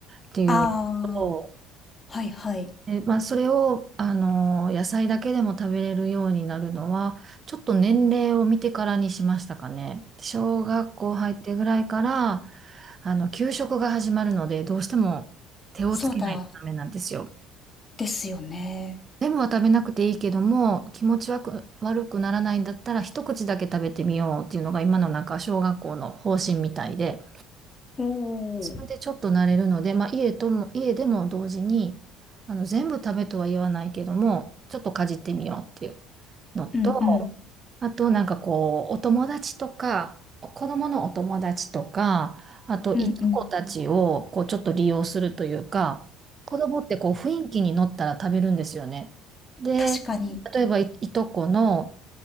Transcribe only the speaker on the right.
っていうのと、
え、まあ、それを、あのー野菜だけでも食べれるようになるのは、ちょっと年齢を見てからにしましたかね。小学校入ってぐらいから、あの、給食が始まるので、どうしても手をつけないとダメなんですよ。
全部は食べなくていいけども、気持ち悪く、悪くならないんだったら、一口だけ食べてみようっていうのが今のなんか小学校の方針みたいで。
それでちょっと慣れるので、まあ、家とも、家でも同時に、あの、全部食べとは言わないけども、ちょっとかじってみようっていうのと、
あとなんかこう、お友達とか、子供のお友達とか、あといとこたちをこうちょっと利用するというか、
子供ってこう雰囲気に乗ったら食べるんですよね。で、
例えばい、いとこの、